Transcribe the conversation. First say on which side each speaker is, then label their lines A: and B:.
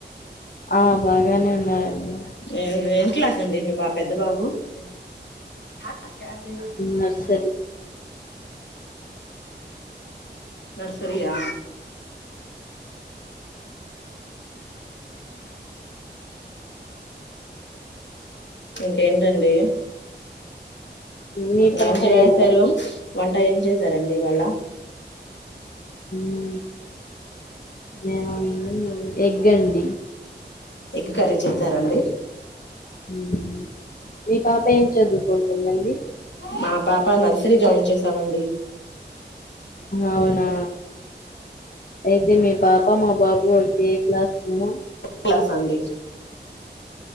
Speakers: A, on the left; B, on the left.
A: ఆ బాయ్ గానే ఉన్నారండి
B: ఏ ఏం క్లాస్ అండి మీ బాబు పెద్ద బాబు <unintelligible> <unintelligible>
A: నర్సరీ
B: నర్సరియా ఇంకేంటండి
A: మీ పాప
B: ఏం చేస్తారు
A: ఏదండి
B: వం ఏం చేసారండి ఇవాళ
A: ఊ ఏముంది ఏ ఎగ్ అండి
B: ఎగ్ కర్రీ చేసారండి
A: మ్ మీ పాప ఏం చదువుకుంటుందండి
B: మా పాప నర్సరీ జాయిన్ చేశామండి
A: అవునా అయితే మీ పాప మా బాబు ఒకే క్లాస్ ను
B: కలాస్ అండి